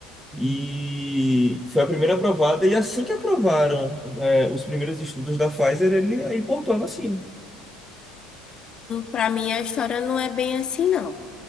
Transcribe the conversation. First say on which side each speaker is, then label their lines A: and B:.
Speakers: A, in the centre; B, on the left (about 30°).
A: E foi a primeira aprovada, e assim que aprovaram, é, os primeiros estudos da Pfizer, ele aí importou a vacina.
B: Para mim, a história não é bem assim, não.